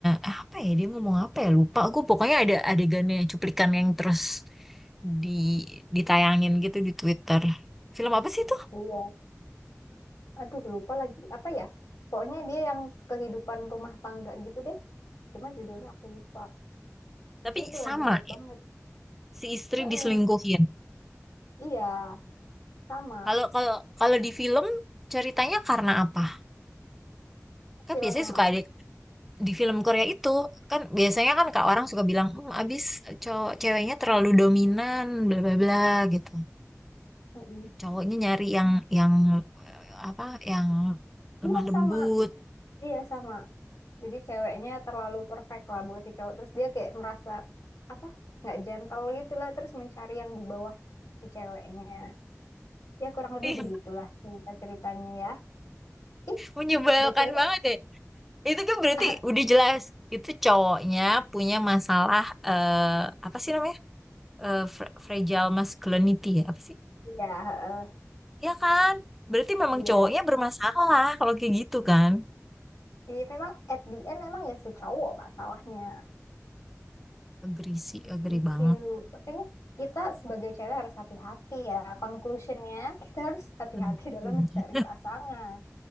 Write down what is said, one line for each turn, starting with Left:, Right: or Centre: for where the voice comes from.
Centre: Ah, apa ya dia ngomong apa ya lupa gue pokoknya ada adegannya cuplikan yang terus di ditayangin gitu di Twitter. Film apa sih itu?
Left: Iya. Aduh lupa lagi apa ya? Pokoknya dia yang kehidupan rumah tangga gitu deh. Cuma judulnya aku lupa.
Centre: Tapi
Left: Itu
Centre: sama.
Left: lagi hype banget.
Centre: si istri
Left: mm
Centre: diselingkuhin.
Left: Iya, sama.
Centre: Kalau kalau kalau di film ceritanya karena apa? Kan
Left: Film
Centre: biasanya
Left: yang
Centre: suka
Left: mana?
Centre: ada di film Korea itu kan biasanya kan kak orang suka bilang hmm, abis cowok ceweknya terlalu dominan bla bla bla gitu.
Left: mm
Centre: Cowoknya nyari yang yang eh, apa yang lemah
Left: Iya
Centre: lembut.
Left: sama. Iya sama. Jadi ceweknya terlalu perfect lah buat si cowok. Terus dia kayak merasa apa? Nggak gentle gitu lah. Terus mencari yang di bawah si ceweknya. Ya kurang lebih
Centre: Ih,
Left: begitulah cerita-ceritanya ya. Ih,
Centre: menyebalkan
Left: BTW.
Centre: banget ya. Itu kan
Left: <laughs>
Centre: berarti udah jelas itu cowoknya punya masalah eh apa sih namanya? Eh, fra- fragile masculinity ya apa sih?
Left: Iya, heeh,
Centre: Ya kan? Berarti memang
Left: iya.
Centre: cowoknya bermasalah kalau kayak gitu kan?
Left: Iya memang at the end emang ya si cowok masalahnya.
Centre: Agree sih, agree
Left: Lucu.
Centre: banget.
Left: Makanya kita sebagai cewek harus hati-hati ya. Conclusionnya kita harus hati-hati
Centre: Tentunya,
Left: dalam mencari pasangan.